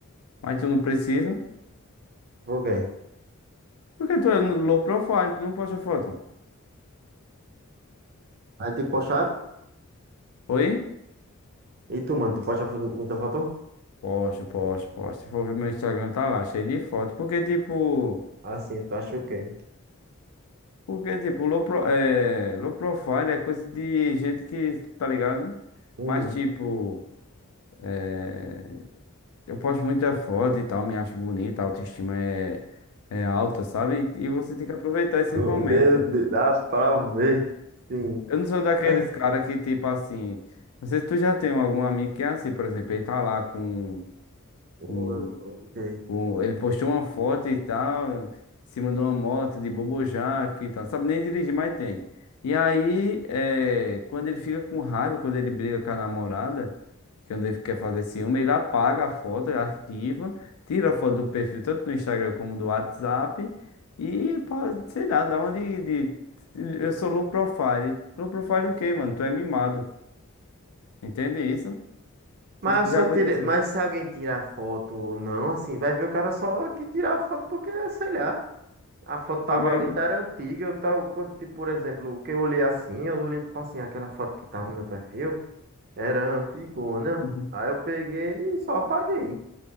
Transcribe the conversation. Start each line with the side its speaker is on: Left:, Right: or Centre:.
Left: Mas tu não precisa,
Right: Por quê?
Left: porque tu é low profile, tu não posta foto.
Right: Aí tem que postar?
Left: Oi?
Right: E tu, mano, tu posta fo- muita foto?
Left: Posta, posta, posta. Se for ver meu Instagram, tá lá, cheio de foto. Porque tipo,
Right: Assim, tu acha o quê?
Left: porque tipo, low, pro, é, low profile é coisa de gente que, tá ligado?
Right: Hum,
Left: Mas tipo, é, eu posto muita foto e tal, me acho bonita, a autoestima é, é alta, sabe? E, e você tem que aproveitar esses
Right: co-
Left: momentos.
Right: meu Deus, dá pra ver, sim.
Left: Eu não sou daqueles
Right: <laughs>
Left: cara que, tipo assim. Não sei se tu já tem algum amigo que é assim, por exemplo, ele tá lá com, com
Right: Oh, Ok.
Left: o- ele postou uma foto e tal, em cima de uma moto de Bobojaca e tal. Sabe nem dirigir, mas tem. E aí, é, quando ele fica com raiva, quando ele briga com a namorada, quando ele quer fazer ciúme, ele apaga a foto, ele arquiva, tira a foto do perfil, tanto no Instagram como do WhatsApp, e, pa- sei lá, dá uma de, de- Eu sou low profile. Low profile o quê, mano? Tu é mimado. Entende isso?
Right: Mas
Left: Isso já
Right: eu
Left: aconteceu.
Right: só tirei, mas se alguém tirar foto ou não, assim, vai ver o cara só que tirar foto porque, é, sei lá. A foto tava
Left: Tá vendo?
Right: ali, tá era antiga. Eu tava, quando, tipo, por exemplo, o que eu olhei assim, eu olhei, tipo assim, aquela foto que tava no meu perfil, era antigona.
Left: <laughs>
Right: Aí eu peguei e só apaguei.